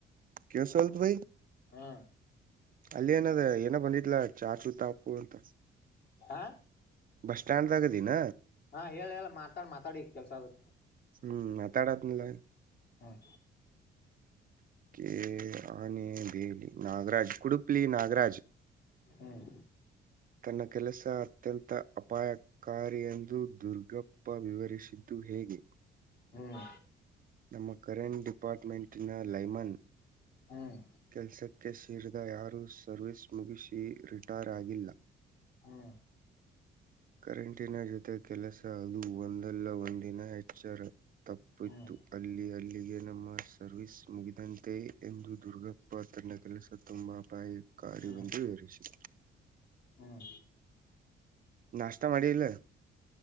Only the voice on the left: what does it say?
ಹಾ
ಆ
ಹಾ ಹೇಳ ಹೇಳ ಮಾತಾಡ್ ಮಾತಾಡಿ ಕೇಳುತ್ತಿದೆ
ಹ್ಮ್
ಹ್ಮ್
ಹ್ಮ್
ಹ್ಮ್
ಹ
ಹ್ಮ್
ಹ್ಮ್
ಹ್ಮ್